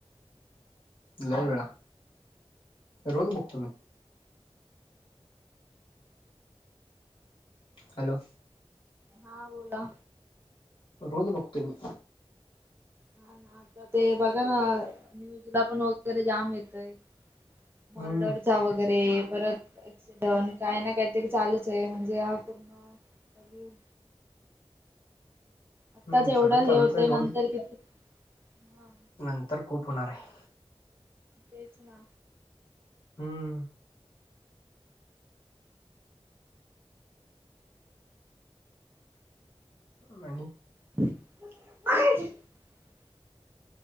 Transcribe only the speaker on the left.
लई वेळा, रोज बघतो मी. हॅलो.
रोज बघतोय मी.
हम्म
हम्म
सगळं
चालूच
आहे
रोज
नंतर खूप होणार हाय.
हूम्म. मनी